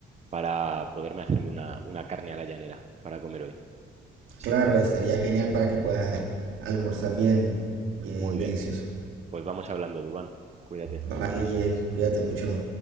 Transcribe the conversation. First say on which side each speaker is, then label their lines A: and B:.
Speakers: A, on the right (about 35°); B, on the right (about 80°).
A: para poderme hacerme una, una carne a la llanera para comer hoy. Así
B: Claro,
A: que
B: estaría genial para que puedas almorzar
A: muy, bien,
B: bien, bien
A: muy
B: delicioso.
A: bien. Pues vamos hablando, Dubán. Cuídate.
B: Bye, cuídate mucho.